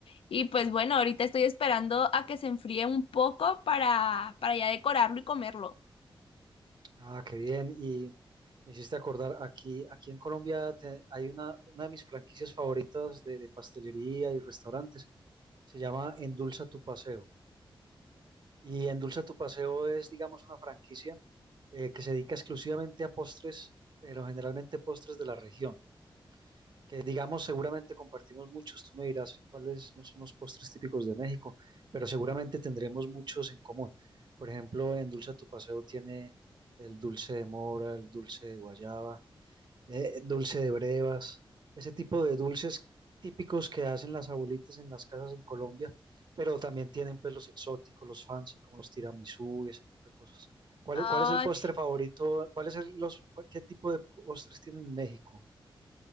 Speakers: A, on the left; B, on the right.
A: Y pues bueno, ahorita estoy esperando a que se enfríe un poco para, para ya decorarlo y comerlo.
B: Ah, qué bien. Y me hiciste acordar, aquí, aquí en Colombia te- hay una, una de mis franquicias favoritas de, de pastelería y restaurantes. Se llama Endulza tu Paseo. Y Endulza tu Paseo es, digamos, una franquicia eh, que se dedica exclusivamente a postres, pero generalmente postres de la región. que digamos seguramente compartimos muchos, tú me dirás cuáles no son los postres típicos de México, pero seguramente tendremos muchos en común. Por ejemplo, en Dulce a tu Paseo tiene el dulce de mora, el dulce de guayaba, eh, dulce de brevas, ese tipo de dulces típicos que hacen las abuelitas en las casas en Colombia, pero también tienen pues los exóticos, los fancy, como los tiramisú y ese tipo de cosas. ¿Cuál,
A: Ay,
B: es- cuál es el postre favorito? ¿Cuál es el- los, cuál- qué tipo de postres tienen en México?